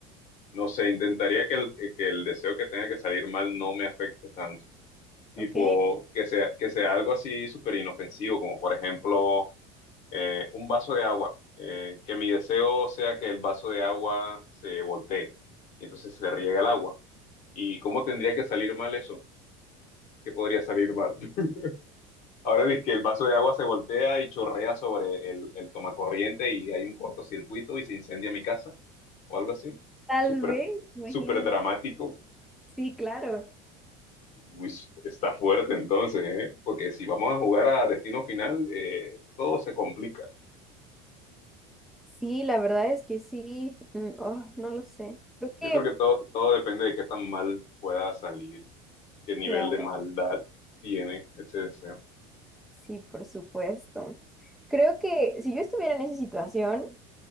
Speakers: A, on the left; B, in the centre.
A: no sé, intentaría que el, eh, que el deseo que tenga que salir mal no me afecte tanto. Tipo,
B: Ok,
A: que sea, que sea algo así súper inofensivo, como por ejemplo eh, un vaso de agua. Eh, que mi deseo sea que el vaso de agua se voltee y entonces se riega el agua. ¿Y cómo tendría que salir mal eso? ¿Qué podría salir mal? <laughs> Ahora ves que el vaso de agua se voltea y chorrea sobre el, el tomacorriente y hay un cortocircuito y se incendia mi casa o algo así.
B: tal
A: Súper,
B: vez, imagínate.
A: súper dramático.
B: Sí, claro.
A: Uy, está fuerte entonces, ¿eh? Porque si vamos a jugar a destino final, eh, todo se complica.
B: Sí, la verdad es que sí. Mm, oh, no lo sé. Creo que,
A: Yo creo que todo, todo depende de qué tan mal pueda salir, qué nivel
B: claro,
A: de maldad tiene ese deseo.
B: sí, por supuesto. Creo que si yo estuviera en esa situación,